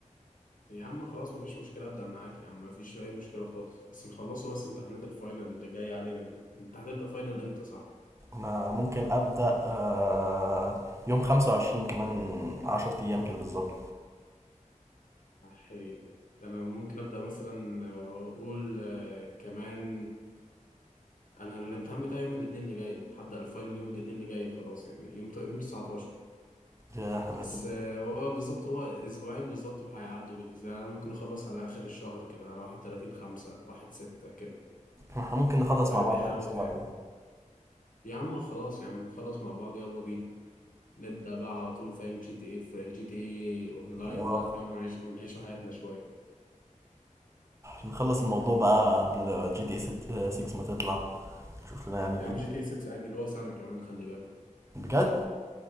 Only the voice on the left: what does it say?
يا عم خلاص مفيش مشكلة أبدأ معاك يا عم مفيش أي مشكلة خالص بس نخلصه بس امتحانات الفاينل اللي جاية علينا دي أنت هتبدأ فاينل إمتى صح؟
أحي. ده أنا ممكن أبدأ مثلا آه، أقول آه، كمان أنا الامتحان بتاعي يوم الاثنين اللي جاي هبدأ الفاينل يوم الاثنين اللي جاي خلاص يعني يوم ت- يوم 19
بس
آه، هو بالظبط هو أسبوعين بالظبط وهيعدوا بالنسبة لي أنا ممكن أخلص على آخر الشهر كده على 31 5 1 6 كده
فدي
حلاوتها
يعني
يا عم خلاص يا عم نخلص مع بعض يلا بينا نبدأ بقى على طول فاهم جي تي ايه في جي تي ايه اونلاين
بقى فاهم ونعيش ونعيشوا حياتنا شوية
يا عم جي تي ايه 6 أجلوها سنة كمان خلي بالك